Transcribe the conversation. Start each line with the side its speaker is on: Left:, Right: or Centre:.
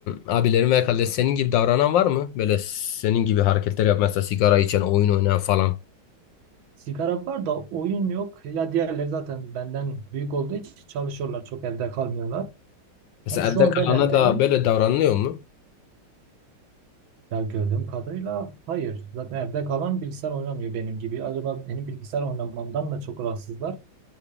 Left: abilerin veya kardeş senin gibi davranan var mı? Böyle senin gibi hareketler yap mesela sigara içen, oyun oynayan falan.
Right: Sigara var da oyun yok. Ya diğerleri zaten benden büyük olduğu için çalışıyorlar. Çok evde kalmıyorlar.
Left: Mesela
Right: Hani şu
Left: evde
Right: an
Left: kalana
Right: ben evdeyim.
Left: da böyle davranılıyor mu?
Right: Ya gördüğüm kadarıyla hayır. Zaten evde kalan bilgisayar oynamıyor benim gibi. Acaba benim bilgisayar oynamamdan da çok rahatsızlar.